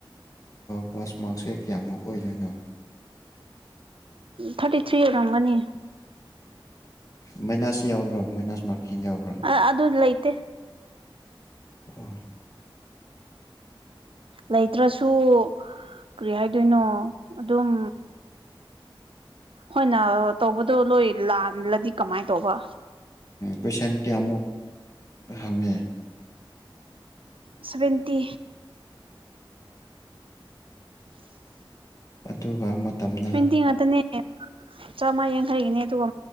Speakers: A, on the left; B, on the right.
A: ꯄꯥꯁ ꯃꯥꯔꯛꯁꯦ ꯀꯌꯥꯃꯨꯛ ꯑꯣꯏꯗꯣꯏꯅꯣ
B: ꯊꯥꯔꯇꯤ ꯊ꯭ꯔꯤꯔꯒꯅꯤ
A: ꯃꯥꯏꯅꯥꯁ ꯌꯥꯎꯕ꯭ꯔꯣ ꯃꯥꯏꯅꯥꯁ ꯃꯥꯔꯀꯤꯡ ꯌꯥꯎꯕ꯭ꯔꯣ
B: ꯑ ꯑꯗꯨ ꯂꯩꯇꯦ
A: ꯍ
B: ꯂꯩꯇ꯭ꯔꯁꯨ ꯀꯔꯤ ꯍꯥꯏꯗꯣꯏꯅꯣ ꯑꯗꯨꯝ ꯍꯣꯏꯅ ꯇꯧꯕꯗꯣ ꯂꯣꯏ ꯂꯜꯂꯗꯤ ꯀꯃꯥꯏꯅ ꯇꯧꯕ
A: ꯀꯣꯏꯁꯟ ꯀꯌꯥꯃꯨꯛ ꯍꯪꯉꯦ
B: ꯁ꯭ꯕꯇꯤ <unintelligible>
A: ꯑꯗꯨꯒ ꯃꯇꯝꯅ
B: ꯁ꯭ꯋꯦꯟꯇꯤ ꯉꯇꯅꯦ ꯆꯥꯝꯃ ꯌꯥꯡꯈꯩꯒꯤꯅꯦ ꯑꯗꯨꯒ